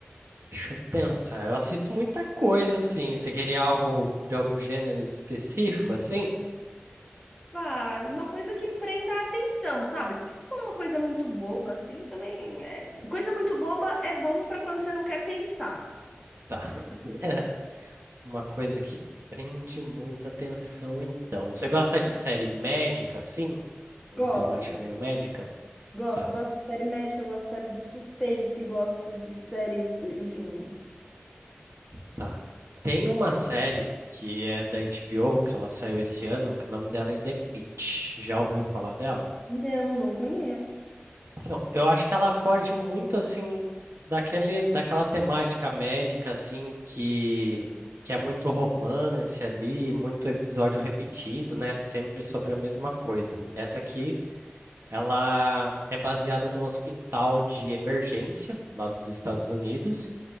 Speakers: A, on the right; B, in the centre.
A: Deixa eu pensar. Eu assisto muita coisa, assim. Você queria algo de algum gênero específico, assim?
B: Ah, uma coisa que prenda a atenção, sabe? Porque se for uma coisa muito boba assim, também é... coisa muito boba é bom pra quando você não quer pensar.
A: Tá. <laughs> Uma coisa que prende muita atenção, então. Você gosta de série médica, assim? Uma
B: Gosto.
A: temática meio médica?
B: Gosto,
A: Tá,
B: gosto de série médica, gosto de série de suspense, gosto de séries, enfim.
A: tá. Tem uma série que é da HBO, que ela saiu esse ano, que o nome dela é The Pitt. Já ouviu falar dela?
B: Não, não conheço.
A: São- Eu acho que ela foge muito assim daquele, daquela temática médica assim que que é muito romance ali, muito episódio repetido, né? Sempre sobre a mesma coisa. Essa aqui, ela é baseada no hospital de emergência lá dos Estados Unidos